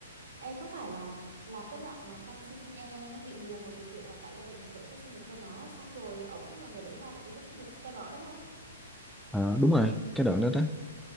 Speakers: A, on the right (about 65°); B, in the centre.
A: ê có phải là là cái đoạn mà con xin xin e nó bị buồn bởi vì tưởng là cả gia đình tổ chức sinh nhật cho nó xong rồi ổng cũng là người đứng ra để tổ chức sinh nhật cho nó đúng không?
B: à, đúng rồi cái đoạn đó đó